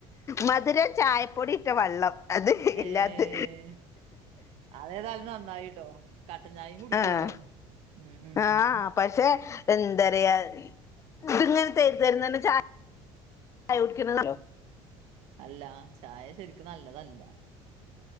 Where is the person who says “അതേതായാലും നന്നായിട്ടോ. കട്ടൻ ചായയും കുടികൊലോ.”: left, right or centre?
Right